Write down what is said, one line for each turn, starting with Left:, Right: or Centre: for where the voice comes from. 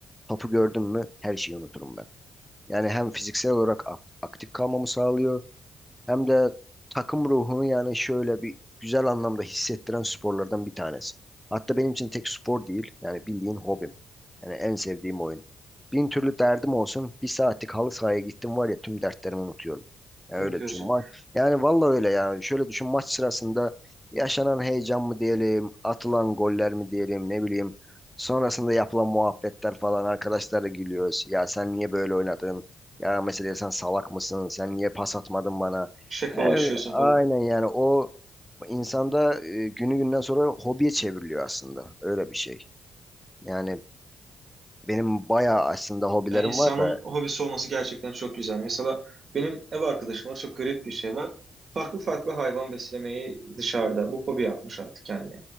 Centre: Topu gördüm mü her şeyi unuturum ben. Yani hem fiziksel olarak ak- aktif kalmamı sağlıyor. Hem de takım ruhunu yani şöyle bir güzel anlamda hissettiren sporlardan bir tanesi. Hatta benim için tek spor değil. Yani bildiğin hobim. Yani en sevdiğim oyun. Bin türlü derdim olsun. Bir saatlik halı sahaya gittim var ya tüm dertlerimi unutuyorum. Yani
Right: Unutuyorsun.
Centre: öyle düşün. Ma- Yani vallahi öyle yani. Şöyle düşün maç sırasında yaşanan heyecan mı diyelim, atılan goller mi diyelim ne bileyim. Sonrasında yapılan muhabbetler falan arkadaşlarla gülüyoruz. Ya sen niye böyle oynadın? Ya mesela sen salak mısın? Sen niye pas atmadın bana?
Right: Şakalaşıyorsun
Centre: Evet, aynen
Right: falan.
Centre: yani o insanda e, günü günden sonra hobiye çevriliyor aslında. Öyle bir şey. Yani benim bayağı aslında hobilerim
Right: Yani insanın
Centre: var da
Right: hobisi olması gerçekten çok güzel. Mesela benim ev arkadaşım var. Çok garip bir şey var. Farklı farklı hayvan beslemeyi dışarıda. Bu hobi yapmış artık kendine.